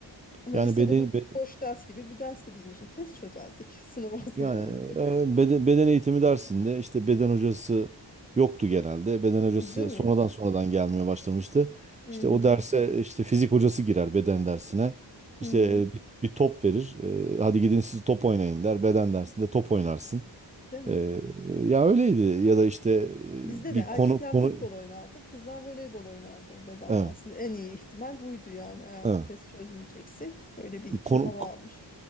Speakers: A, on the left; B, on the right.
A: Ama
B: Yani
A: lisede
B: beden
A: bu
B: be-
A: boş ders gibi bir dersti bizim için. Test çözerdik. <laughs> Sınava hazırlanıyorduk.
B: yani e, beden, beden eğitimi dersinde işte beden hocası yoktu genelde. Beden hocası
A: Değil mi?
B: sonradan sonradan gelmeye başlamıştı.
A: Hı
B: İşte
A: hı.
B: o derse işte fizik hocası girer beden dersine.
A: Hı
B: İşte
A: hı.
B: e, bir, bir top verir. E, hadi gidin siz top oynayın der. Beden dersinde top oynarsın.
A: Değil mi?
B: E, ya öyleydi ya da işte e,
A: Bizde de
B: bir
A: erkekler
B: konu konu
A: futbol oynardı, kızlar voleybol oynardı bedende
B: evet,
A: aslında. En iyi ihtimal buydu yani eğer
B: evet.
A: test çözmeyeceksek. Öyle bir iki
B: Konu
A: hava almış